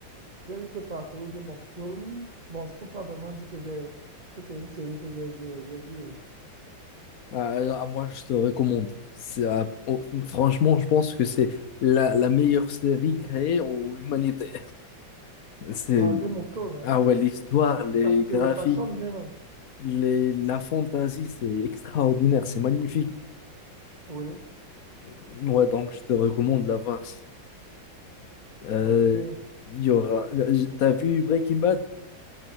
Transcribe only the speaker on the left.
Ah, là, moi, je te recommande. C'est, euh, on- franchement, je pense que c'est la, la meilleure série créée en humanité. C'est,
ah ouais, l'histoire, les
graphiques,
les, la fantaisie, c'est extraordinaire, c'est magnifique.
Ouais, donc je te recommande de la voir. Euh,
il y aura... euh, T'as vu Breaking Bad?